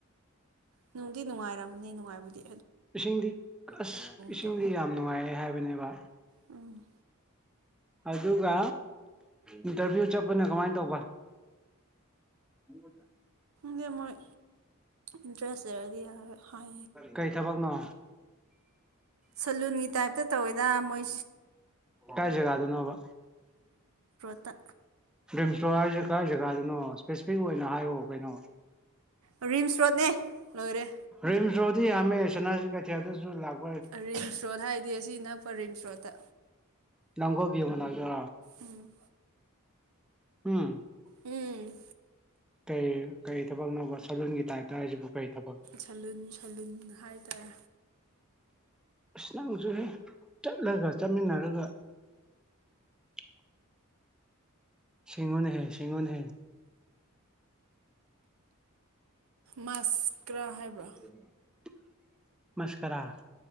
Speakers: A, on the right (about 70°); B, in the centre.
A: ꯅꯨꯡꯗꯤ ꯅꯨꯡꯉꯥꯏꯔꯝꯃꯅꯤ ꯅꯨꯡꯉꯥꯏꯕꯨꯗꯤ
B: ꯏꯁꯤꯡꯗꯤ ꯑꯁ ꯏꯁꯤꯡꯗꯤ
A: ꯇꯧꯋꯦ
B: ꯌꯥꯝ ꯅꯨꯡꯉꯥꯏꯔꯦ ꯍꯥꯏꯕꯅꯦꯕ
A: ꯎꯝ
B: ꯑꯗꯨꯒ ꯏꯟꯇꯔꯚꯤꯌꯨ ꯆꯠꯄꯅ ꯀꯃꯥꯏꯅ ꯇꯧꯕ ꯍꯪꯗ
A: ꯁꯦ ꯃꯣꯏ ꯏꯟꯇꯔꯦꯁ ꯂꯩꯔꯗꯤ ꯌꯥꯔ ꯍꯣꯏ
B: ꯀꯩ ꯊꯕꯛꯅꯣ
A: ꯁꯂꯨꯟꯒꯤ ꯇꯥꯏꯞꯇ ꯇꯧꯋꯤꯗ ꯃꯣꯏ
B: ꯀꯥꯏꯖꯒꯗ ꯅꯕ
A: ꯨ <unintelligible> ꯠꯇ
B: ꯗ꯭ꯔꯤꯝ ꯏꯁꯇꯣꯔ ꯍꯥꯏꯔꯤꯁꯦ ꯀꯥꯏ ꯖꯒꯥꯗꯨꯅꯣ ꯏꯁꯄꯦꯁꯤꯐꯤꯛ ꯑꯣꯏꯅ ꯍꯥꯏꯔꯛꯑꯣ ꯀꯩꯅꯣ
A: ꯔꯤꯝꯁ ꯔꯣꯗꯅꯦ ꯂꯣꯏꯔꯦ
B: ꯔꯤꯝꯁꯣꯗꯤ ꯍꯥꯃꯦꯁꯅꯥꯁꯤ ꯀꯩꯊꯤ ꯑꯗꯨꯁꯨ ꯂꯥꯛ
A: ꯔꯤꯝꯁ ꯔꯣꯠ ꯍꯥꯏꯗꯤ ꯑꯁꯤ ꯅꯛꯄ ꯔꯤꯝꯁ ꯔꯣꯠꯇ
B: ꯅꯪꯒꯣꯕꯤ ꯃꯅꯥꯗ
A: ꯎꯝ
B: ꯎꯝ
A: ꯎꯝ
B: ꯀꯩ ꯀꯔꯤ ꯊꯕꯛꯅꯅꯕ ꯁꯗꯨꯜꯒꯤ ꯇꯥꯏꯞꯇ ꯍꯥꯏꯁꯤꯕꯨ ꯀꯩ ꯊꯕꯛ
A: ꯁꯦꯂꯨꯟ ꯁꯦꯂꯨꯟ ꯍꯥꯏꯇꯥꯔꯦ
B: ꯑꯁ ꯅꯪꯁꯨ ꯆꯠꯂꯒ ꯆꯠꯃꯤꯟꯅꯔꯒ <unintelligible> ꯁꯤꯉꯣꯟ ꯍꯦ ꯁꯤꯉꯣꯟ ꯍꯦ
A: ꯃꯥꯁꯀ꯭ꯔꯥ ꯍꯥꯏꯕ꯭ꯔꯥ
B: <unintelligible> <inaudible> ꯃꯁꯀꯔꯥ